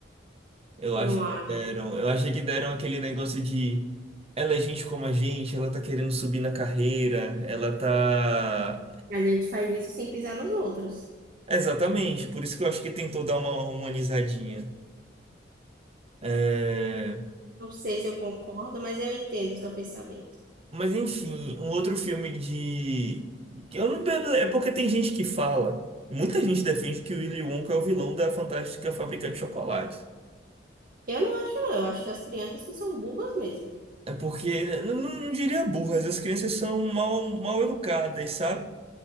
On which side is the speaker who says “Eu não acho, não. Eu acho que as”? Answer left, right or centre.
Right